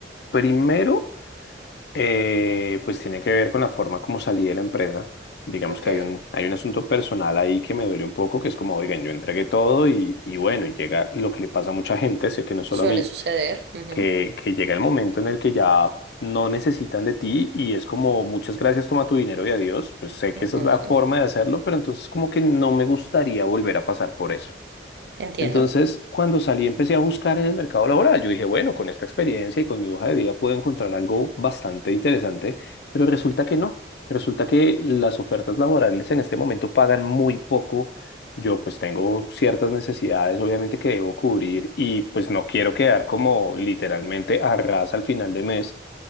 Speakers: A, on the left; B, on the right.
A: Primero, Eh, pues tiene que ver con la forma como salí de la empresa. Digamos
B: Ok,
A: que hay un, hay un asunto personal ahí que me duele un poco, que es como, oigan, yo entregué todo y, y bueno, y llega lo que le pasa a mucha gente, sé que no solo
B: suele
A: a mí,
B: suceder. Ujú,
A: que, que llega el momento en el que ya no necesitan de ti y es como, muchas gracias, toma tu dinero y adiós. Pues sé que
B: ujú.
A: esa es la forma de hacerlo, pero entonces como que no me gustaría volver a pasar por eso.
B: Entiendo.
A: Entonces, cuando salí, empecé a buscar en el mercado laboral. Yo dije, bueno, con esta experiencia y con mi hoja de vida puedo encontrar algo bastante interesante, pero resulta que no. Resulta que las ofertas laborales en este momento pagan muy poco. Yo pues tengo ciertas necesidades, obviamente, que debo cubrir y pues no quiero quedar como literalmente a ras al final de mes.